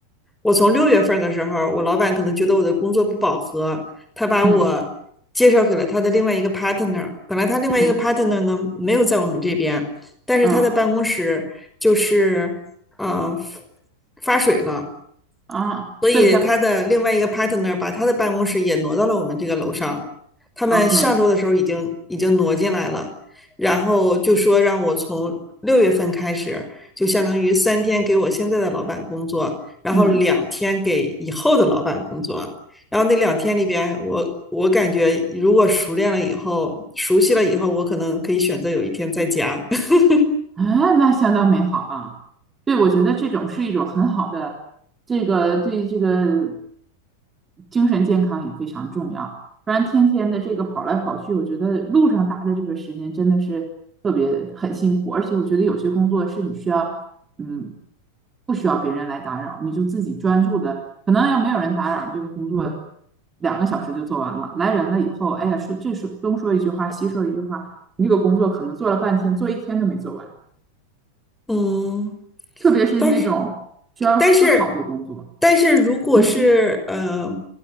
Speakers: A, in the centre; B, on the right.
A: 我从六月份的时候，我老板可能觉得我的工作不饱和，他把我介绍给了他的另外一个
B: 嗯
A: partner。本来他另外一个
B: 嗯
A: partner 呢没有在我们这边，但是他的办公室就是嗯、
B: 嗯
A: 呃发水了，
B: 啊，
A: 所以他的另外一个
B: 所以他
A: partner 把他的办公室也挪到了我们这个楼上。他们上周的时候已经已经挪进来了，
B: OK，
A: 然后就说让我从六月份开始，就相当于三天给我现在的老板工作，然后两天给以后的老板工作。
B: 嗯。
A: 然后那两天里边，我我感觉如果熟练了以后，熟悉了以后，我可能可以选择有一天在家。<laughs>
B: 啊，那相当美好了。对，我觉得这种是一种很好的，这个对这个精神健康也非常重要。不然天天的这个跑来跑去，我觉得路上搭的这个时间真的是特别很辛苦。而且我觉得有些工作是你需要，嗯，不需要别人来打扰，你就自己专注的。可能要没有人打扰，这个工作两个小时就做完了。来人了以后，哎呀，说这说东说一句话，西说一句话，你这个工作可能做了半天，做一天都没做完。
A: 嗯。
B: 特别是那种需要思考的工作，
A: 但是，但是，但是如果是呃，
B: 嗯